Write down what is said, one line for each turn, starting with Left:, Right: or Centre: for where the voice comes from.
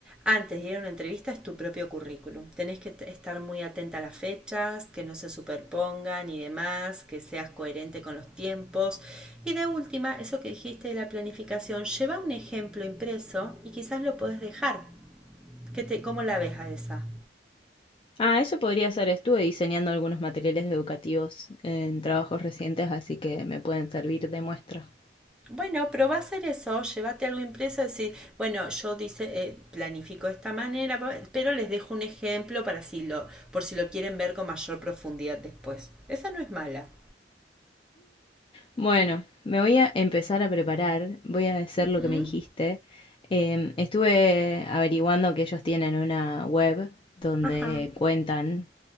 Centre: antes de ir a una entrevista es tu propio currículum. Tenés que t- estar muy atenta a las fechas, que no se superpongan y demás, que seas coherente con los tiempos. Y de última, eso que dijiste de la planificación, lleva un ejemplo impreso y quizás lo podés dejar. ¿Qué te, ¿Cómo la ves a esa?
Left: Ah, eso podría ser. Estuve diseñando algunos materiales educativos en trabajos recientes, así que me pueden servir de muestra.
Centre: Bueno, pero a hacer eso, llévate algo impreso, decir, bueno, yo dice, eh, planifico de esta manera, pa- pero les dejo un ejemplo para si lo, por si lo quieren ver con mayor profundidad después. Esa no es mala.
Left: Bueno, me voy a empezar a preparar, voy a hacer lo
Centre: ¿Mm?
Left: que me dijiste. Em, estuve averiguando que ellos tienen una web donde
Centre: Ajá,
Left: cuentan